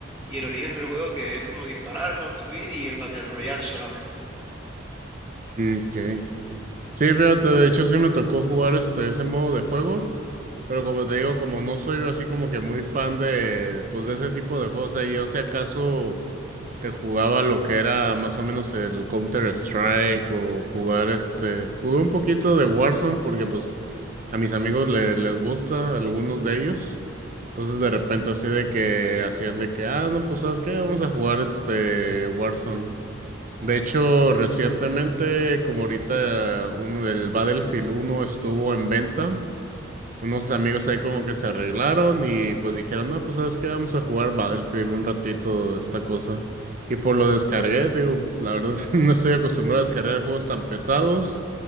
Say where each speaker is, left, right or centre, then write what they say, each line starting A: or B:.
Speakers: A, on the right; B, on the right.
A: y el origen del juego que es como disparar, construir y el Battle Royale solamente.
B: okay Sí, fíjate, de hecho sí me tocó jugar este, ese modo de juego, pero como te digo, como no soy así como que muy fan de, pues de ese tipo de juegos, ahí, o sea, acaso... te jugaba lo que era más o menos el Counter-Strike o jugar este, jugué un poquito de Warzone porque pues a mis amigos le- les gusta, a algunos de ellos. Entonces de repente así de que hacían de que, ah, no, pues ¿sabes qué? Vamos a jugar este Warzone. De hecho, recientemente, como ahorita uno del Battlefield uno estuvo en venta, unos amigos ahí como que se arreglaron y pues dijeron, no, pues sabes qué, vamos a jugar Battlefield un ratito, esta cosa. Y pues lo descargué, te digo, la verdad <laughs> no estoy acostumbrado a descargar juegos tan pesados,